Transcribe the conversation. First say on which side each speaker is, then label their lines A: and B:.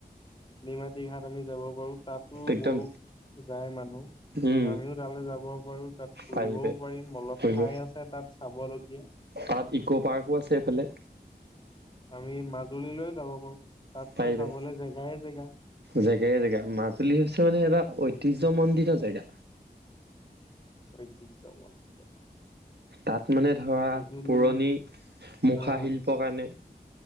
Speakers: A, on the left (about 30°); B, on the right (about 85°).
A: নিমাতী ঘাট আমি যাব পাৰোঁ তাতো
B: একদম
A: বহুত যায় মানুহ।
B: উম
A: আমিও তালৈ যাব পাৰোঁ তাত ফুৰিবও
B: পাৰিবে
A: পাৰিম অলপ
B: কৰিব
A: ঠাই আছে তাত চাব লগীয়া।
B: তাত ইকো পাৰ্কো আছে এইফালে।
A: আমি মাজুলীলৈও যাব পাৰোঁ তাতো
B: পাৰিবে
A: চাবলৈ জেগাই জেগা।
B: জেগাই জেগা মাজুলী হৈছে মানে এটা ঐতিহ্যমণ্ডিত জেগা।
A: ঐতিহ্যমণ্ডিত
B: তাত মানে ধৰা
A: মাজুলী
B: পুৰণি মুখা
A: আহ
B: শিল্পৰ কাৰণে